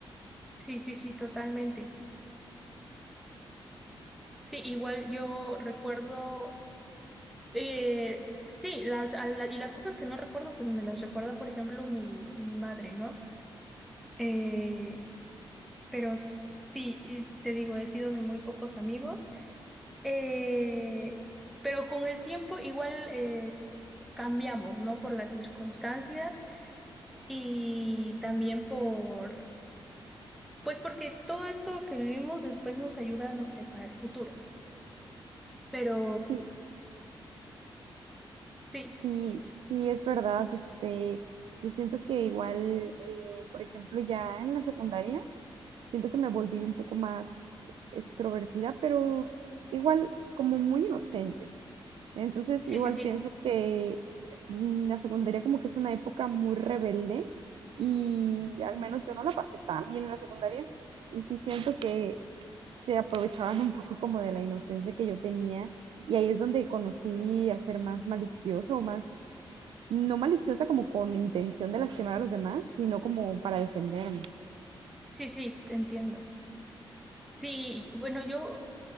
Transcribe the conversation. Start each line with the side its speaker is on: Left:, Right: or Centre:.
Centre: Sí, sí, sí, totalmente. Sí, igual yo recuerdo Eh, sí, las, a la- y las cosas que no recuerdo, pues me las recuerda, por ejemplo, mi, mi madre, ¿no? Eh, pero sí, y te digo, he sido de muy pocos amigos, eh, pero con el tiempo igual eh, cambiamos, ¿no? Por las circunstancias y también por, pues porque todo esto que vivimos después nos ayuda, no sé, para el futuro. Pero
Right: Sí,
Centre: sí,
Right: sí, sí, es verdad. Este, yo siento que igual, eh, por ejemplo, ya en la secundaria, siento que me volví un poco más extrovertida, pero igual como muy inocente. Entonces,
Centre: sí,
Right: igual
Centre: sí, sí,
Right: pienso que mm, la secundaria como que es una época muy rebelde y al menos yo no la pasé tan bien en la secundaria y sí siento que se aprovechaban un poco como de la inocencia que yo tenía y ahí es donde conocí a ser más maliciosa o más, no maliciosa como con intención de lastimar a los demás, sino como para defenderme.
Centre: sí, sí, te entiendo. Sí, bueno, yo